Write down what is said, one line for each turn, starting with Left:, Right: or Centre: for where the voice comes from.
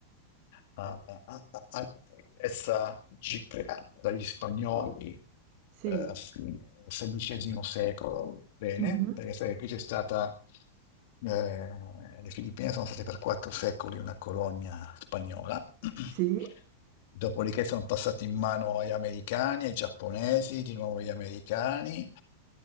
Left: a, a, a- a- alla ricchezza gigante dagli spagnoli
Right: sì,
Left: eh, a fine XVI secolo, bene,
Right: mhm,
Left: perché sai che qui c'è stata, eh, le Filippine sono state per quattro secoli una colonia spagnola,
Right: sì,
Left: <clears throat> dopodiché sono passate in mano agli americani, ai giapponesi, di nuovo agli americani.